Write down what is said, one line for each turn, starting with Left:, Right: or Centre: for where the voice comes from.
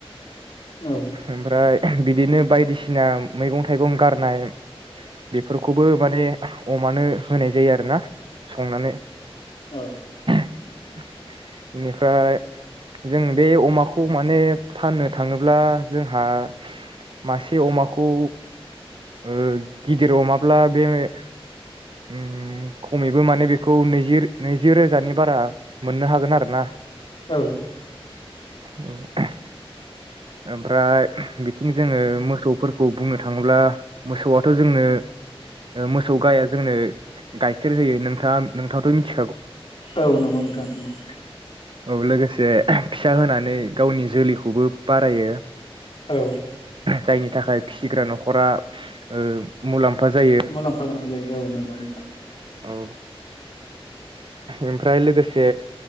Left: औ
Right: ओमफ्राय बिदिनो बायदिसिना मैगं थाइगं गारनाय बेफोरखौबो माने अमानो होनाय जायो आरोना संनानै
Left: औ
Right: इनिफ्राय जों बे अमाखौ माने फाननो थाङोब्ला जोंहा मासे अमाखौ ओ गिदिर अमाब्ला बे उम खमैबो माने बेखौ नैजि नैजि रोजानि बारा मोननो हागोन आरो ना
Left: औ
Right: । ओमफ्राय बिथिं जोङो मोसौफोरखौ बुंनो थाङोब्ला मोसौआथ' जोंनो मोसौ गाया जोंनो गाइखेर होयो नोंथाङा नोंथांआथ' मिथि
Left: औ नोंगौ नोंथां नोंगौ
Right: औ लोगोसे फिसा होनानै गावनि जोलैखौबो बारायो,
Left: औ
Right: जायनि थाखाय फिसिग्रा न' खरा ओ मुलाम्फा जायो
Left: मुलाम्फा गोनां जायो औ नोंगौ नोंथां ।
Right: औ ओमफ्राय लोगोसे